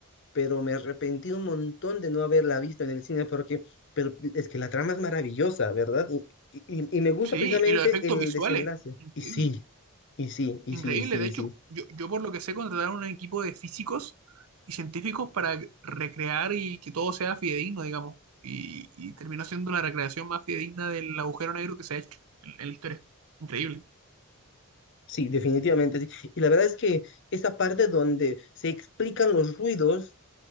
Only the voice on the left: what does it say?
pero me arrepentí un montón de no haberla visto en el cine porque pero es que la trama es maravillosa, ¿verdad? Y, y, y- y me gusta
precisamente
el
desenlace.
Y sí, y sí, y
sí, sí,
sí.
Sí, definitivamente sí. Y la verdad es que esa parte donde se explican los ruidos